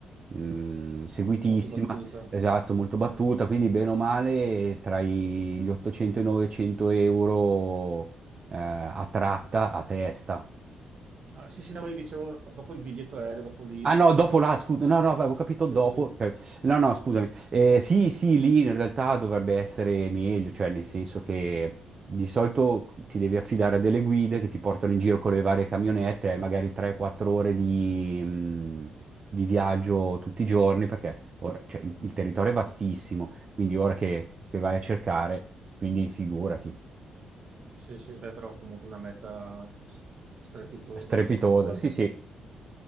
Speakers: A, on the right; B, on the right.
A: mh, seguitissima,
B: molto battuta.
A: esatto, molto
B: Ok.
A: battuta, quindi bene o male tra i- gli 800 e i 900 euro, eh, a tratta, a testa.
B: Ah, sì, sì, no, ma io dicevo, dopo il biglietto aereo, dopo lì,
A: Ah no, dopo là,
B: forse
A: scusa,
B: no.
A: no, no, avevo capito dopo,
B: Sì, sì,
A: cioè, no, no, scusami. Eh, sì, sì, lì in realtà dovrebbe essere meglio, cioè nel senso che di solito ti devi affidare a delle guide che ti portano in giro con le varie camionette, hai magari 3-4 ore di, mh, di viaggio tutti i giorni, perché ora- cioè, il, il territorio è vastissimo, quindi ora che, che vai a cercare, quindi figurati,
B: sì, sì, beh, però comunque una meta sì, strepitosa.
A: strepitosa,
B: Va,
A: sì, sì.